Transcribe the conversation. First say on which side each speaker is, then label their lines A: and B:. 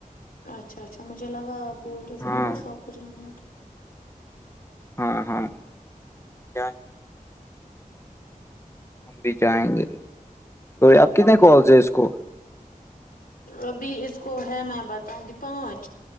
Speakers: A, on the left (about 85°); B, on the left (about 20°).
A: اچھا اچھا مجھے لگا آ بول رہے تھے
B: ہاں
A: نا پرساپ کو جانا ہے تو
B: ہاں ہاں کیا بھی جائیں گے آپ کتنے کالس ہے اس کو
A: ابھی اس کو ہے میں بتاؤں گی پانچ